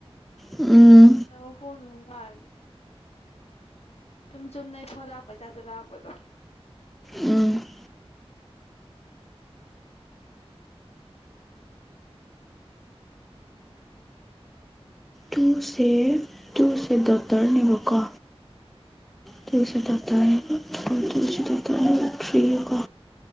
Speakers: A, in the centre; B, on the left (about 75°).
A: ꯎꯝ
B: <unintelligible> ꯐꯣꯟꯗꯨ ꯃꯥꯡ꯫ ꯑꯗꯨꯝ ꯆꯨꯝꯅꯩ ꯐꯣ ꯂꯥꯛꯄ ꯇꯥꯏꯞꯇ ꯂꯥꯛꯄꯗꯣ꯫
A: ꯎꯝ ꯇꯨꯁꯦ ꯇꯨꯁꯦ ꯗꯣꯇ꯭ꯔꯅꯦꯕ ꯀꯣ ꯇꯨꯁꯦ ꯗꯣꯇ꯭ꯔꯅꯦꯕ ꯇꯨꯁꯦ ꯗꯣꯛꯇ꯭ꯔꯅꯦꯕ ꯊ꯭ꯔꯤ ꯀꯣ